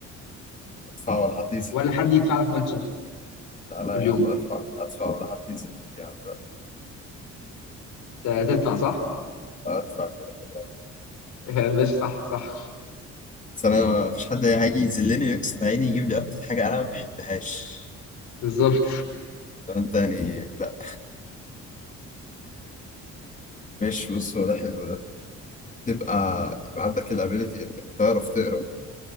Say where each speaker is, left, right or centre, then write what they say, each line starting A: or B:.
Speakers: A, on the left; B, on the left.
A: ادفع ولا حد يذلني
B: ولا حد يدفع لك ماتشة
A: لا لا
B: كل
A: يا
B: يوم
A: عم ادفع ادفع ولا حد يذلني يا عم
B: ده تدفع صح
A: لا، ادفع كده كده
B: <laughs> ماشي صح صح
A: بس انا ما فيش حد هيجي يذلني ويكسر عيني يجيب لي اكتر حاجه انا ما بحبهاش
B: بالظبط
A: انت يعني لا مش بص هو ده حلو ده تبقى يبقى عندك الابيلتي انك تعرف تقرا